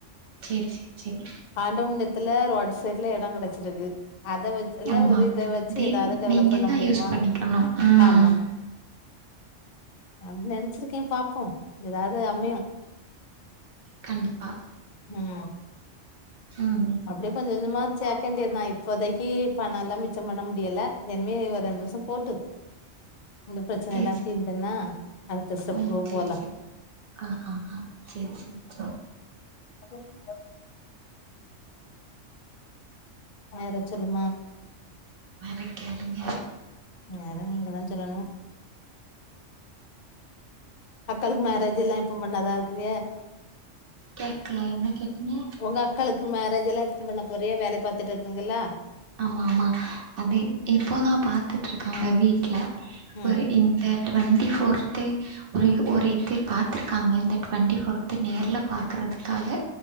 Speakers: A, on the right (about 50°); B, on the left (about 60°).
A: சேரி சேரி சேரி
B: ஆண்டவபுண்ணியத்துல ரோட் சைட்ல இட கிடைச்சிருக்கு அத வச் எல்லா
A: ஆமா
B: ஒரு இத வச்சு
A: அதே
B: ஏதாவது டெவலப்
A: நீங்க
B: பண்ண
A: தா
B: முடியுமா
A: யூஸ் பண்ணிக்கணு ம்
B: ஆமா அப்டி நெனைச்சிருக்கே பாப்போ ஏதாவது அமையும்
A: கண்டிப்பா
B: ம்
A: ம்
B: அப்டியே கொஞ்ச கொஞ்சமா சேத்தே தெரிமா இப்போதைக்கு பண எல்லா மிச்சம் பண்ண முடியல இனிமே ஒரு ரெண்டு வருச போட்டு இந்த பிரச்சனை
A: சேரி
B: எல்லா
A: சேரி
B: தீந்த்தன்னா அடுத்த ஸ்டெப்பு
A: ஓ சேரி
B: போலா
A: சேரி ஆ ஆ ஆ சேர் சேர் சேர்
B: அதோப்பார் அத சொல்லுமா
A: அத போய் கேளுங்யா
B: வேற நீங்க தா சொல்லணு மக்களுக்கு மேரேஜ் எல்லா எப்ப பண்ணதா இருக்கிறிய
A: கேக்கல என்ன கேட்டீங்க
B: உங்க அக்காளுக்கு மேரேஜ் எல்லா எப்ப பண்ண போறியோ வேலை பாத்துட்டு இருக்குறீங்கல்லா
A: ஆமா ஆமா அது இப்போதா பாத்துட்ருக்காங்க வீட்ல
B: ம்
A: ஒரு இந் ந்த ட்வெண்ட்டி ஃபோர்த்தே ஒரு ஒரு இது பாத்திருக்காங்க இந்த டுவெண்டிபோஃர்து நேர்ல பாத் க்குறதுக்காக